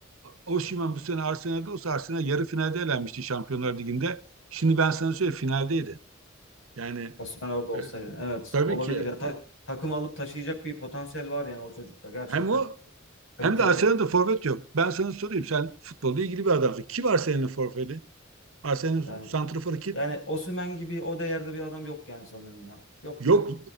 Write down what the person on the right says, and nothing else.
Osimhen bu sene Arsenal'de olsa Arsenal yarı finalde elenmişti Şampiyonlar Ligi'nde. Şimdi ben sana söyleyeyim finaldeydi. Yani
e,
tabii
ki
hem o
Hem de Arsenal'da forvet yok. Ben sana sorayım. Sen futbolla ilgili bir adamsın. Kim Arsenal'in forveti? Arsenal'in
santraforu kim?
Yok.